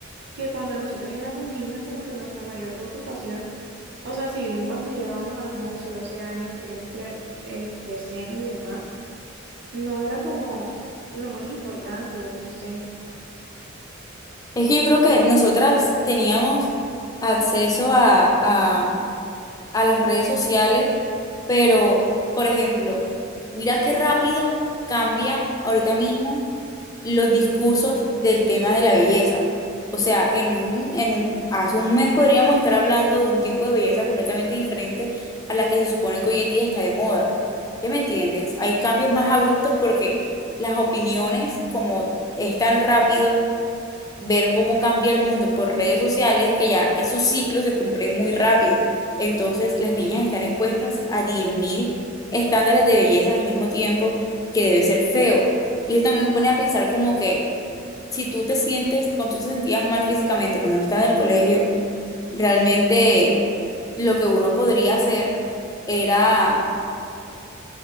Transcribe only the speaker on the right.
que cuando nosotras éramos niñas, como que nuestra mayor preocupación, o sea, si bien cuando llegábamos a los 11 12 años queríamos tener este, senos y demás, no era como lo más importante, o no sé.